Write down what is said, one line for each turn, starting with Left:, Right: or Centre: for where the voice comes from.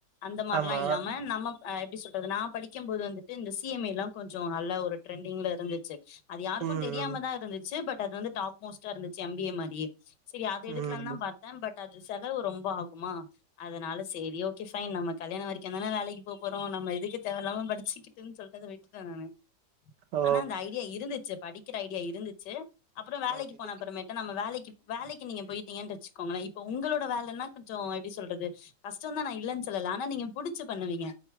Left: அந்த மார்ல்லாம்
Right: ஆமா
Left: இல்லாம நம்ம அஹ எப்படி சொல்றது நா படிக்கும்போது வந்துட்டு இந்த சி எம் ஏ எல்லாம் கொஞ்சோ நல்ல ஒரு ட்ரெண்டிங்ல இருந்துச்சு அது யாருக்கும்
Right: ம்
Left: தெரியாமதான்
Right: ம்
Left: இருந்துச்சு பட் அது வந்து டாப் மஸ்டா இருச்சு எம் பி ஏ மாரி சரி அத எடுக்கல
Right: ம்
Left: தான் பாத்தே பட் அது செலவு ரொம்ப ஆகுமா அதனால செரி ஓகே ஃபைன் நம்ம கல்யணம் வரைக்கும் தான வேலைக்கு போறோம் நம்ம எதுக்கு தேவயில்லாம படிச்சுக்கிட்டுன் சொல் ட்டு விட்டுட்ட நானு
Right: ஓ
Left: ஆனா அந்த ஐடியா இருந்துச்சு படி க்கிற ஐடியா இருந்துச்சு அப்புறம் வேலைக்கு
Right: ஓகே
Left: போன அப்புறமேட்ட நம்ம வேலைக்கு வேலைக்கு நீங்க போயிட்டீங்கன்னு வச்சுக்கோங்கள இப்ப உங்களோட வேலன்னா கொஞ்சம் எப்டி சொல்றது கஷ்டம் தான் நா இல்லன்னு சொல்ல ஆனா நீங்க புடிச் சு பண்ணுவீங்க